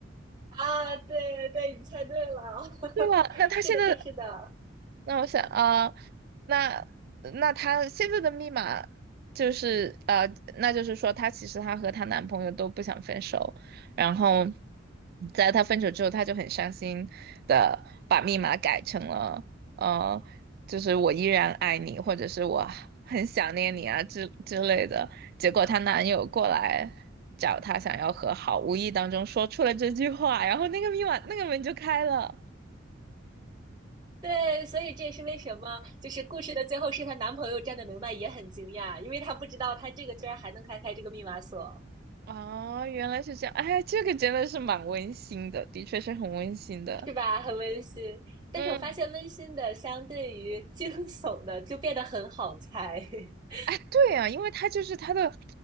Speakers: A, on the right; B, on the right.
A: 啊！对对对，你猜对了，<laughs>
B: 对吧？那他现在
A: 是的，是的，
B: 那我想啊、呃那那她现在的密码就是呃，那就是说她其实她和她男朋友都不想分手，然后在她分手之后，她就很伤心的把密码改成了呃，就是我依然爱你，或者是我很想念你啊之之类的。结果她男友过来。找她想要和好，无意当中说出了这句话，然后那个密码那个门就开了。
A: 对，所以这也是为什么就是故事的最后是她男朋友站在门外也很惊讶，因为她不知道她这个居然还能开开这个密码锁，
B: 哦，原来是这样，哎，这个真的是蛮温馨的，的确是很温馨的。
A: 是吧？很温馨。但是我发现温馨的相对于惊悚的就变得很好猜。
B: 嗯，
A: <laughs>
B: 哎，对啊，因为它就是它的